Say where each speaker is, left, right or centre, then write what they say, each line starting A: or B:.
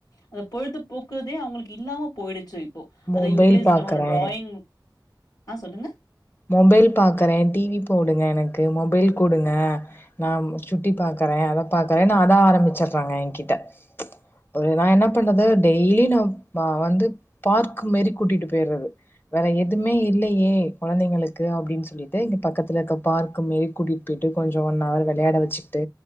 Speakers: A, on the left; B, on the left.
A: அத பொழுது போக்குதே அவுங்குளுக்கு இல்லாம போயிடுச்சு இப்போ அத
B: மொபைல்
A: யுட்டிலைஸ்
B: பாக்குறே
A: பண்ண ஒரு டிராயிங் ஆ சொல்லுங்க.
B: மொபைல் பாக்கறே டி வி போடுங்க எனக்கு மொபைல் குடுங்க. நாம் சுட்டி பாக்கறே அத பாக்கறேன்னு அதா ஆரம்பிச்சர்றாங்க எங்கிட்ட. ஒரு நா என்ன பண்றது டெய்லி நாப் அ வந்து பார்க்கு மாரி கூட்டிட்டு போயிர்றது. வேற எதுமே இல்லையே கொழந்தைங்களுக்கு அப்டின் சொல்லிட்டு இங்க பக்கத்ல இருக்க பார்குமேரி கூட்டிட் போய்ட்டு கொஞ்சோ ஒன் அவர் வெளையாட வெச்சிட்டு